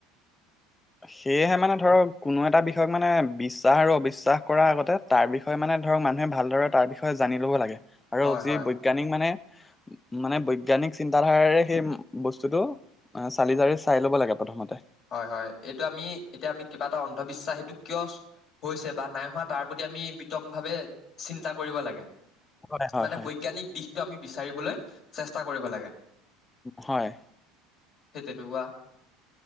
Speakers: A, on the left; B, on the left.
A: <inaudible>
B: সেয়েহে
A: এত-
B: মানে ধৰক কোনো এটা বিষয়ত মানে বিশ্বাস আৰু অবিশ্বাস কৰাৰ আগতে তাৰ বিষয়ে মানে ধৰক মানুহে ভালদৰে তাৰ বিষয়ে জানি ল'ব লাগে। আৰু
A: হয়
B: যি
A: হয়
B: বৈজ্ঞানিক মানে মানে বৈজ্ঞানিক চিন্তাধাৰাৰে সেই বস্তুটো অ', চালি জাৰি চাই ল'ব লাগে প্ৰথমতে।
A: হয় হয় এইটো আমি এতিয়া আমি কিবা এটা অন্ধবিশ্বাস সেইটো কিয় হৈছে বা নাই হোৱা তাৰ প্ৰতি আমি বিতং ভাৱে চিন্তা কৰিব লাগে।
B: হয়। হয়
A: মানে
B: হয়
A: বৈজ্ঞানিক দিশটো আমি বিচাৰিবলৈ চেষ্টা কৰিব লাগে।
B: হয়।
A: <unintelligible>